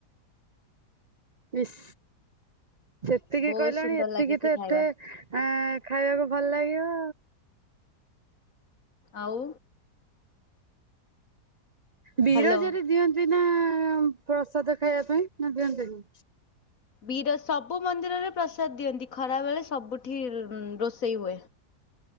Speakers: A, on the right; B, on the left.
A: ଇସ୍ ସେତିକି
B: ବହୁତ
A: କହିଲଣି
B: ସୁନ୍ଦର
A: ଏତିକି
B: ଲାଗେ ସେ
A: ତ ଏତେ
B: ଖାଇବା
A: ଆଁ ଖାଇବାକୁ ଭଲ ଲାଗିବ।
B: ଆଉ
A: ବିରଜାରେ
B: ହ୍ୟାଲୋ
A: ଦିଅନ୍ତି ନା ପ୍ରସାଦ ଖାଇବା ପାଇଁ ନା ଦିଅନ୍ତି ନି?
B: ବିର ସବୁ ମନ୍ଦିରରେ ପ୍ରସାଦ ଦିଅନ୍ତି ଖରା ବେଳେ ସବୁଠି ଉଁ ରୋଷେଇ ହୁଏ।